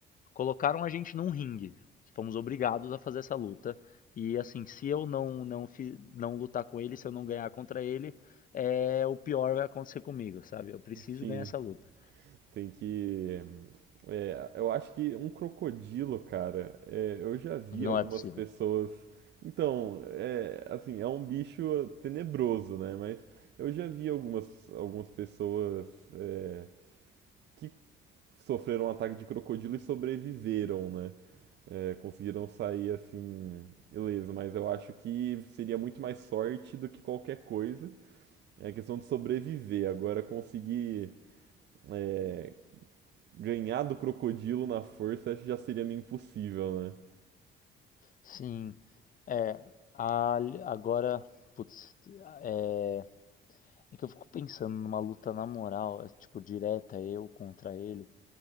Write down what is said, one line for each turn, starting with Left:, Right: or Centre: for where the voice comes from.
Left: colocaram a gente num ringue. Fomos obrigados a fazer essa luta. E assim, se eu não não fi- não lutar com ele, se eu não ganhar contra ele, é o pior vai acontecer comigo, sabe? Eu preciso
Right: sim.
Left: ganhar essa luta.
Right: Tem que. É, eu acho que um crocodilo, cara, é, eu já vi
Left: Não
Right: algumas
Left: é possível.
Right: pessoas. Então, é, assim, é um bicho tenebroso, né? Mas eu já vi algumas, algumas pessoas é, que sofreram um ataque de crocodilo e sobreviveram, né? É, conseguiram sair assim, beleza, mas eu acho que seria muito mais sorte do que qualquer coisa. É questão de sobreviver. Agora, conseguir é, ganhar do crocodilo na força já seria meio impossível, né?
Left: Sim. É, a- agora, putz, é, é que eu fico pensando numa luta na moral, é, tipo, direta eu contra ele.